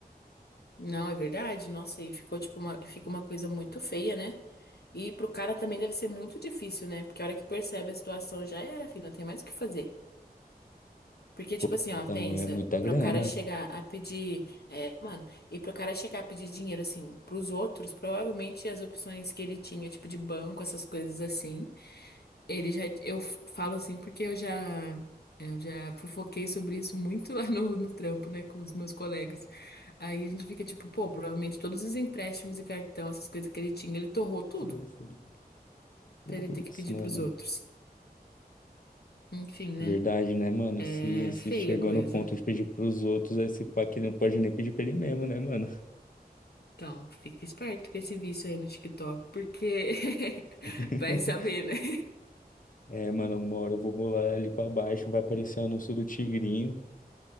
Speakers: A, on the left (about 75°); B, on the left (about 55°).
A: Não, é verdade. Nossa, e ficou tipo uma, fica uma coisa muito feia, né? E pro cara também deve ser muito difícil, né? Porque a hora que percebe a situação já era, filho, não tem mais o que fazer. Porque,
B: Pô,
A: tipo assim, ó,
B: 80
A: pensa,
B: mil é muita grana.
A: pro cara chegar a pedir, é, mano, e pro cara chegar a pedir dinheiro, assim, pros outros, provavelmente as opções que ele tinha, tipo de banco, essas coisas assim, ele já, eu f- falo assim porque eu já, é, eu já fofoquei sobre isso muito <laughs> lá no, no trampo, né, com os meus colegas. Aí a gente fica tipo, pô, provavelmente todos os empréstimos e cartão, essas coisas que ele tinha, ele torrou tudo
B: Se dói Floripa.
A: pra ele
B: Putz,
A: ter que pedir
B: mano.
A: pros outros. Enfim, né?
B: Verdade, né, mano?
A: É
B: Se, se
A: feia
B: chegou
A: a coisa.
B: no ponto de pedir pros outros, esse pá não pode nem pedir pra ele mesmo, né, mano?
A: Então, fica esperto com esse vício aí no TikTok, porque <laughs>
B: <laughs>
A: vai saber, né? <laughs>
B: É, mano, uma hora eu vou rolar ali pra baixo, vai aparecer o anúncio do Tigrinho.